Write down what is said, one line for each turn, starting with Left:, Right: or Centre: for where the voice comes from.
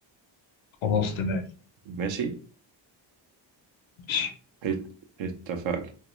Left: خلاص تمام
Right: ماشي
Left: ماشي
Right: ات- اتفقنا